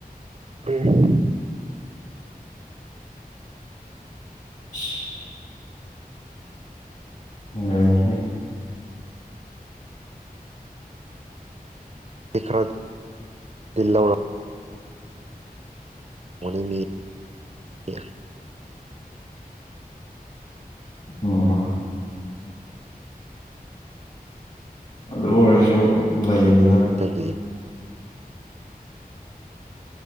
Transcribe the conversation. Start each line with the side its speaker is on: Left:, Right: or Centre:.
Right: ꯎꯝ
Left: ꯎ ꯑꯣ
Right: ꯈꯔꯥꯖꯤꯜꯂꯥꯎꯔ ꯃꯅꯤꯃꯤ ꯎ
Left: ꯑꯣ ꯑꯗꯨ ꯑꯣꯏꯔꯁꯨ ꯂꯩꯗꯅ
Right: ꯇꯗꯒꯤꯦ